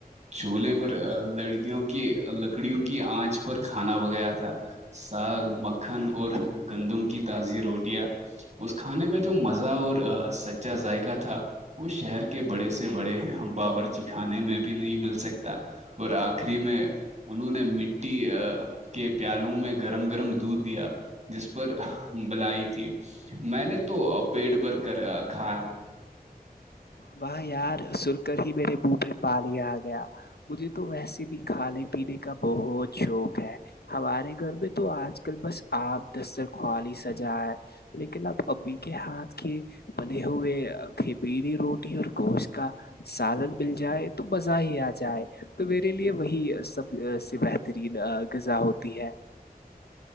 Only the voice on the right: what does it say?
چولہے پر لڑکیوں کی لکڑیوں کی آنچ پر کھانا ب گایا تھا ساگ مکھن اور گندم کی تازی روٹیاں اس کھانے میں جو مزہ اور سچا ذائقہ تھا وہ شہر کے بڑے سے بڑے پاور جکھانے میں بھی نہیں مل سکتا اور آخری میں انہوں نے مٹی کے پیالو میں گرم گرم دودھ دیا جس پر بلائی تھی میں نے تو پیٹ بھر کر کھایا